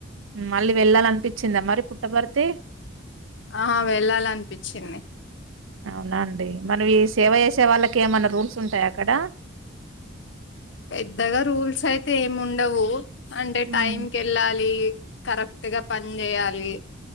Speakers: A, on the right; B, on the left.
A: మళ్ళీ వెళ్ళాలనిపించింద మరి పుట్టపర్తి
B: ఆ వెళ్ళాలనిపించింది
A: అవునా అండి ఏమన్న ఈ సేవ చేసే వాళ్ళకి ఏమన్న రూల్స్ ఉంటాయ అక్కడ
B: పెద్దగా రూల్స్ అయితే ఏమి ఉండవు అంటే
A: హ్మ్.
B: టైం కెళ్ళాలి కరె కరెక్ట్గా పని చేయాలి